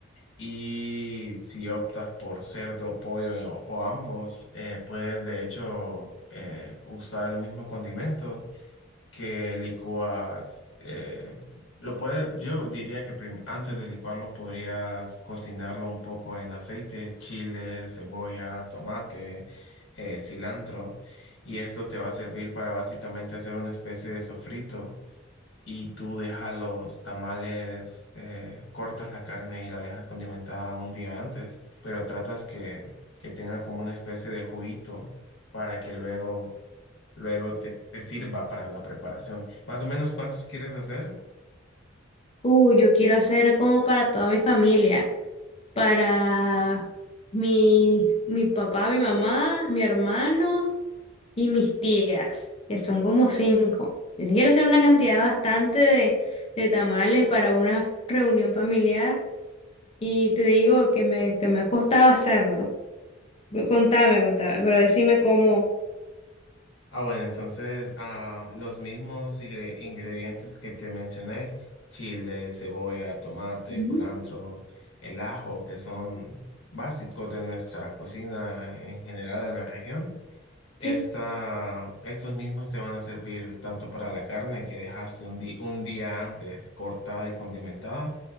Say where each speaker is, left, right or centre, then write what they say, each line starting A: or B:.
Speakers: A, on the left; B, on the left.
A: y si optas por cerdo, pollo o, o ambos, eh, puedes de hecho eh, usar el mismo condimento que licúas. eh, lo puedes. yo diría que prim- antes de licuarlo podrías cocinarlo un poco en aceite, chile, cebolla, tomate, eh, cilantro. Y esto te va a servir para básicamente hacer una especie de sofrito y tú dejas los tamales, eh, cortas la carne y la dejas condimentada un día antes, pero tratas que, que tenga como una especie de juguito para que luego, luego te, te sirva para la preparación. Más o menos, ¿cuántos quieres hacer?
B: Uh, yo quiero hacer como para toda mi familia, para mi, mi papá, mi mamá, mi hermano y mis tías, que son como cinco. Yo sí quiero hacer una cantidad bastante de, de tamales para una reunión familiar y te digo que me, que me ha costado hacerlo. Contame, contame, pero decime cómo.
A: Ah, bueno, entonces ah, los mismos ingre- ingredientes que te mencioné, chile, cebolla, tomate,
B: Ujú,
A: culantro, el ajo, que son básicos de nuestra cocina en general en la región.
B: Sí.
A: Esta, estos mismos te van a servir tanto para la carne que dejaste un, di- un día antes cortada y condimentada,